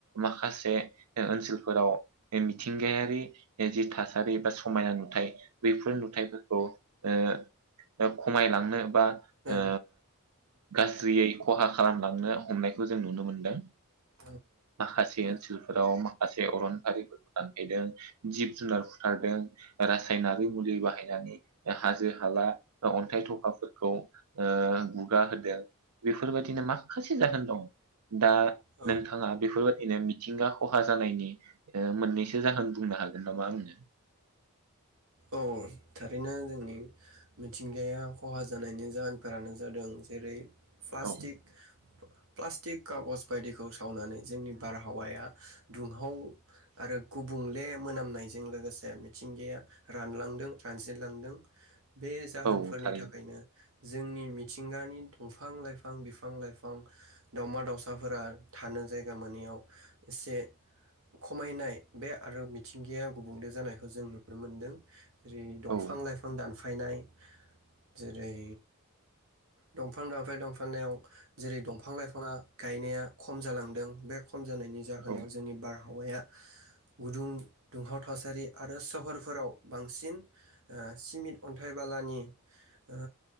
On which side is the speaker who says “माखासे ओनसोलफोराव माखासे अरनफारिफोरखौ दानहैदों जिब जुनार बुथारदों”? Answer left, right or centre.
Right